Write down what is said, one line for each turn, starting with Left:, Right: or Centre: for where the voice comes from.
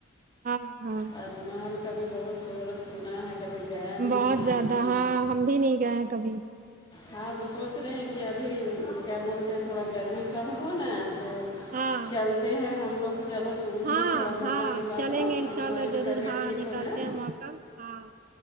Right: ہاں ہاں
Left: تاج محل کا بھی بہت شہورت سنا ہے کبھی گیا نہیں
Right: بہت
Left: ہے
Right: زیادہ
Left: آدمی
Right: ہاں ہم بھی نہیں گئے ہیں کبھی
Left: ہاں تو سوچ رہے ہیں کہ ابھی کیا بولتے ہیں تھوڑا گرمی کم ہو نا تو
Right: ہاں
Left: چلتے ہیں ہم لوگ چلو تم بھی
Right: ہاں
Left: تھوڑا موقع
Right: ہاں
Left: نکالو
Right: چلیں گے
Left: تھوڑی
Right: انشاء
Left: تمہاری
Right: اللہ ضرور
Left: بھی طبیعت
Right: ہاں
Left: ٹھیک
Right: نکالتے
Left: ہو جائے
Right: ہیں موقع ہاں